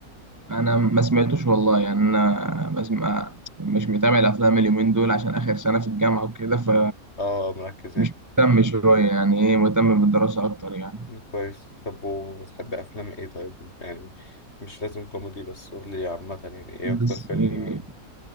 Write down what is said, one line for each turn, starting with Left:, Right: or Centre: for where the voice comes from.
Right: أنا ما سمعتوش والله يعني أنا بسمع مش متابع الأفلام اليومين دول عشان آخر سنة في الجامعة وكده ف
Left: اه مركز ايه
Right: مش مهتم شوية يعني إيه مهتم بالدراسة أكتر يعني
Left: كويس طب وبتحب افلام ايه طيب يعني مش لازم كوميدي بس قول لي عامة يعني ايه
Right: مم.
Left: اكتر
Right: بس
Left: فيلم
Right: إيه،
Left: آه،